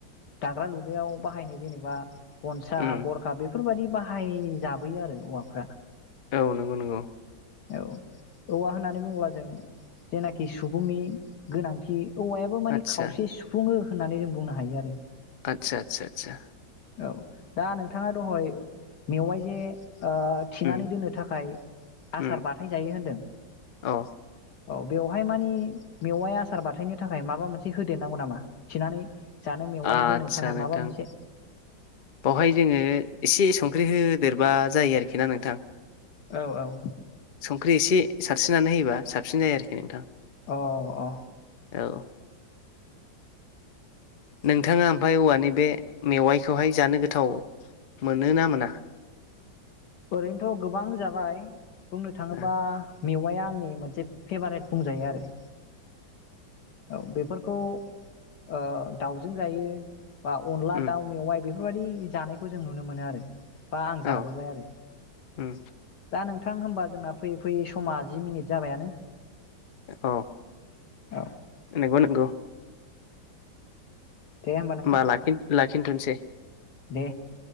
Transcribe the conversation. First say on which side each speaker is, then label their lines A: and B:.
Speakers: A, on the left; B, on the left.
A: दाग्रा लुग्रायाव बाहायनाय जेनेबा गनसा
B: उम
A: गरखा बे फोरबायदि बाहाय जाबोयो आरो औवाफ्रा
B: औ नंगौ नंगौ
A: औ औवा होननानै बुङोब्ला जों जेनाखि सुबुंनि गोनांथि औवायाबो माने
B: आदसा
A: खावसे सुफुङो होननानै जों बुंनो हायो आरो
B: आतसा आतसा आतसा
A: औ दा नोंथाङा दहाय मेवाइ जे ओ थिनानै
B: उम
A: दोननो थाखाय आसार
B: उम
A: बानाय जायो होनदों
B: औ
A: औ बेवहाय मानि मेवाइ आसार बाथायनो थाखाय माबा मोनसे होदेरनांगौ नामा थिनानै जानो मेवाइ
B: आदसा
A: दोननो थाखाय
B: नोंथां
A: माबा मोनसे
B: बेावहाय जोङो एसे संख्रि होदेरबा जायो आरोखि ना नोंथां
A: औ औ
B: ओंख्रि एसे सारस्रिनानै होयोबा साबसिन जायो आरोखि नोंथां
A: अ अ
B: औ नोंथाङा ओमफ्राय औवानि बे मेवाइखौहाय जानो गोथाव मोनोना मोना
A: ओरैनोथ' गोबां जाबाय बुंनो थाङोब्ला
B: अ
A: मेवाया आंनि मोनसे फेभारेट बुंजायो आरो औ बेफोरखौ ओ दाउजों जायो बा अनदला
B: उम
A: दाउ मेवाइ बे बेफोरबायदि जानायखौ जों नुनो मोनो आरो बा आं जाबोबाय
B: औ
A: आरो
B: उम
A: दा नों थां होमबा जोंना फैयै फैयै समा जि मिनिट जाबायानो
B: औ
A: औ
B: नोंगौ नोंगौ होनोमबा
A: दे होमबा नोंथां
B: लाखिन-लाखिनथ'सै
A: दे